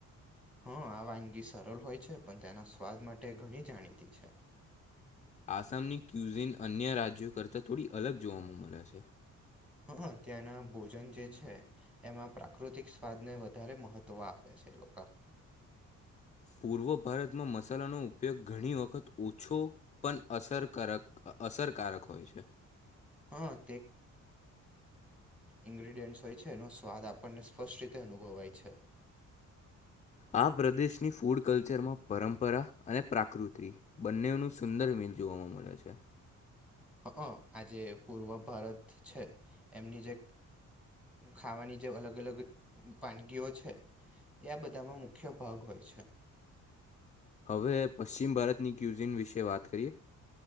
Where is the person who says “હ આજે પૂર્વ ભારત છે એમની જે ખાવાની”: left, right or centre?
Centre